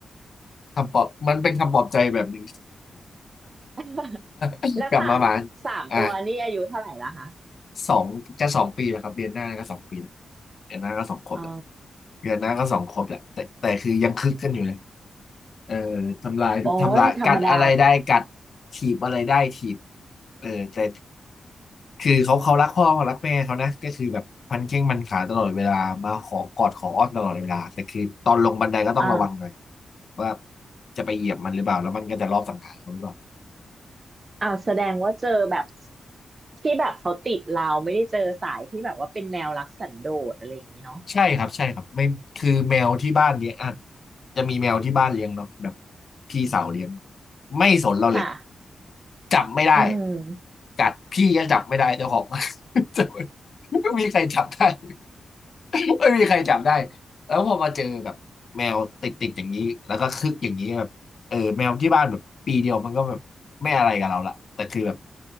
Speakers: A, on the left; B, on the right.
A: คำปลอบมันเป็นคำปลอบใจแบบหนึ่ง
B: <laughs>
A: <laughs>
B: แล้วสามสามตัวนี่อายุเท่าไหร่ละคะ
A: กลับมาบ้านอ่ะสอง จะสองปีแล้วครับเดือนหน้าก็สองปีแล้วเดือนหน้าก็สองขวบแล้ว
B: อ๋อ
A: เดือนหน้าก็สองขวบแล้วแต่แต่คือยังคึกกันอยู่เลยเออทำลาย
B: โอ้ยธรรมดา
A: ทำลายกัดอะไรได้กัดถีบอะไรได้ถีบเออแต่ คือเขาเขารักพ่อเขารักแม่เขานะก็คือแบบพันแข้งพันขาตลอดเวลามาขอกอดขออ้อนตลอดเวลาแต่คือตอนลงบันไดก็ต้องระวังหน่อย
B: อ่า
A: ว่าจะไปเหยียบมันหรือเปล่าแล้วมันก็จะรอบสังหารเราหรือเปล่า
B: อ้าวแสดงว่าเจอแบบที่แบบเขาติดเราไม่ได้เจอสายที่แบบว่าเป็นแนวรักสันโดษอะไรอย่างนี้เนาะ
A: ใช่ครับใช่ครับไม่คือแมวที่บ้านเลี้ยงอ่ะจะมีแมวที่บ้านเลี้ยงเนาะแบบพี่สาวเลี้ยงไม่สนเราเลย
B: ค่ะ
A: จับไม่ได้
B: อืม
A: กัดพี่ก็จับไม่ได้เจ้าของ <laughs> จับไม่ไม่มีใครจับได้ <laughs> ไม่มีใครจับได้แล้วพอมาเจอแบบแมวติดติดอย่างนี้แล้วก็คึกอย่างนี้แบบเออแมวที่บ้านแบบปีเดียวมันก็แบบไม่อะไรกับเราละแต่คือแบบ